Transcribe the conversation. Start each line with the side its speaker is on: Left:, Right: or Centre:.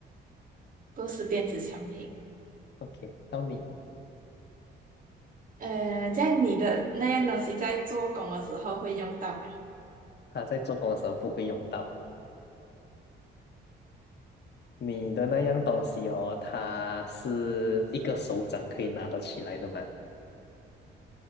Right: 不是电子产品？
Left: ？OK，到你，
Right: 呃，这样你的那样东西在做工的时候会用到吗？
Left: 他在做工的时候不会用到。你的那样东西哦，它是一个手掌可以拿得起来的吗？